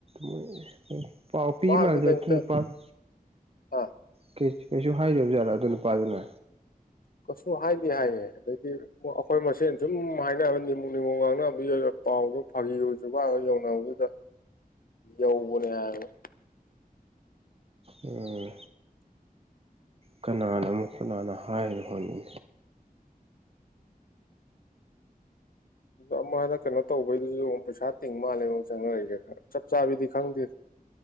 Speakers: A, on the right; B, on the left.
A: ꯃꯣꯏ ꯃꯣꯏ ꯄꯥꯎ ꯄꯤꯃꯗꯦ
B: ꯃꯥꯗꯤ ꯀꯩꯝꯇ
A: ꯇꯨꯅꯨꯄꯥꯗꯨ
B: ꯑꯥ
A: ꯀꯩ ꯁꯤ ꯗꯁꯨ ꯍꯥꯏꯗꯕꯖꯥꯠ ꯑꯗꯨ ꯅꯨꯄꯥꯗꯨꯅ
B: ꯀꯁꯨ ꯍꯥꯏꯗꯤ ꯍꯥꯏꯌꯦ ꯑꯗꯩꯗꯤ ꯑꯩꯈꯣꯏ ꯃꯁꯦꯟ ꯁꯨꯝ ꯍꯥꯏꯅꯕ ꯅꯤꯃꯨ ꯅꯤꯃꯨ ꯉꯥꯡꯅꯕꯏꯕ ꯄꯥꯎꯗꯣ ꯐꯥꯒꯤꯔꯁꯨꯀꯒ ꯌꯧꯅꯕꯗꯨꯗ ꯌꯧꯕꯅꯦ ꯍꯥꯏꯕ
A: ꯑꯧ ꯀꯅꯥꯅ ꯑꯃꯨꯛ ꯀꯅꯥꯅ ꯍꯥꯏꯅꯦ ꯍꯣꯅꯤ
B: ꯑꯣ ꯑꯃꯅ ꯀꯩꯅꯣ ꯇꯧꯕꯩꯅꯤꯌꯣ ꯄꯩꯁꯥ ꯇꯤꯡ ꯃꯥꯜꯂꯦ ꯃꯦꯛ ꯆꯡꯖꯤꯔꯛꯏꯁꯦ ꯈꯔ ꯆꯞ ꯆꯡꯕꯤꯗꯤ ꯈꯡꯗꯦ